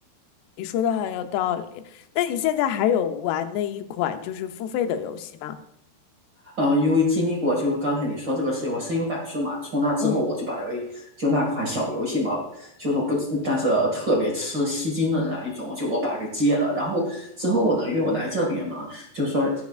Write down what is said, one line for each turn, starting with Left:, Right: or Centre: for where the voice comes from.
Left: 你说的很有道理。那你现在还有玩那一款就是付费的游戏吗？
Right: 嗯、呃因为经历过，就是刚才你说这个事情，我深有感触嘛。从那之后，
Left: 嗯
Right: 我就把那个就那款小游戏嘛，就说不，但是特别吃吸金的那一种，就我把它给戒了。然后之后呢，因为我来这边嘛，就是说，